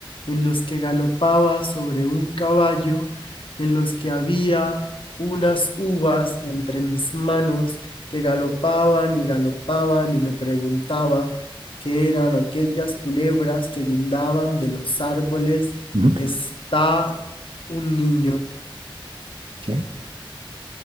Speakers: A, on the left; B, on the right.
A: en los que galopaba sobre un caballo, en los que había unas uvas entre mis manos que galopaban y galopaban y me preguntaba qué eran aquellas culebras que guindaban de los árboles,
B: Uh -huh.
A: está un niño.
B: ¿Okay?